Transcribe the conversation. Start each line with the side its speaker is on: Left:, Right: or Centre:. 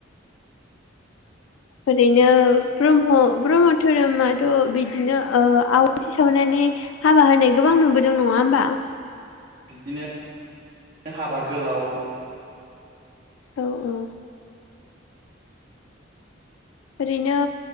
Left: ओरैनो ब्रह्म ब्रह्म धोरोमाथ' बिदिनो ओ आवाथि सावनानै हाबा होनाय गोबां नुबोदों नङा होमबा?
Right: बिदिनो हाबा गोलाव
Left: औ औ ओरैनो